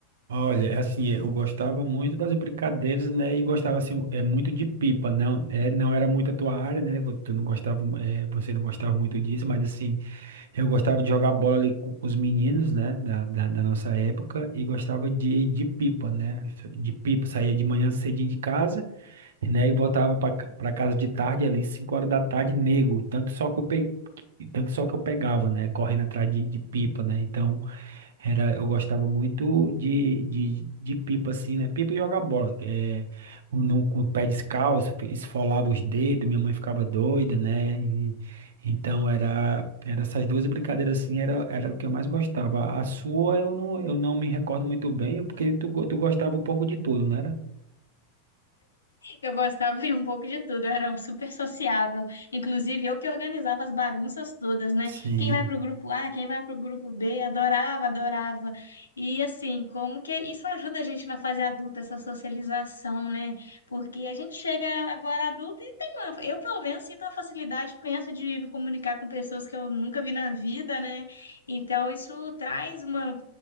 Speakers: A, on the right (about 65°); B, on the left (about 75°).
A: Olha, é assim, é, eu gostava muito das brincadeiras, né? E gostava assim, é muito de pipa, não, é, não era muito a tua área, né? vo- Tu não gostava, é, você não gostava muito disso, mas assim, eu gostava de jogar bola ali com, com os meninos, né? Da, da, da nossa época e gostava de, de pipa, né? isso- De pipa, saía de manhã cedinho de casa, né? E voltava para casa de tarde ali, 5 horas da tarde, nego, tanto só que eu pe... tanto só que eu pegava, né? Correndo atrás de, de pipa, né? Então era, eu gostava muito de, de, de pipa, assim, né? Pipa e jogar bola. É, no, com o pé descalço, que esfolava os dedos, minha mãe ficava doida, né? E- então, era, era essas duas brincadeiras, assim, era, era o que eu mais gostava. A sua, eu não, eu não me recordo muito bem, porque tu, go- tu gostava um pouco de tudo, não era?
B: Eu gostava de um pouco de tudo, eu era super sociável. Inclusive, eu que organizava as bagunças todas, né?
A: Sim,
B: Quem vai pro grupo A, quem vai pro grupo B, adorava, adorava. E assim, como que isso ajuda a gente na fase adulta, essa socialização, né? Porque a gente chega agora adulto e tem uma... Eu, pelo menos, sinto uma facilidade imensa de me comunicar com pessoas que eu nunca vi na vida, né? Então, isso traz uma.